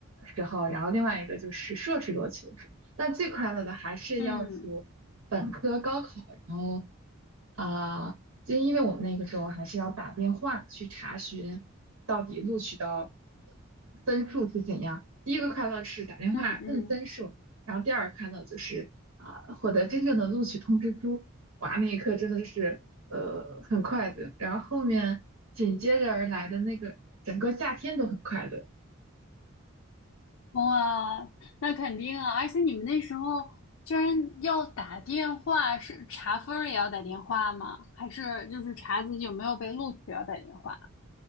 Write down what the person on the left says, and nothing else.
嗯
嗯嗯，
哇，那肯定啊！而且你们那时候居然要打电话，是查分儿也要打电话吗？还是就是查自己有没有被录取要打电话？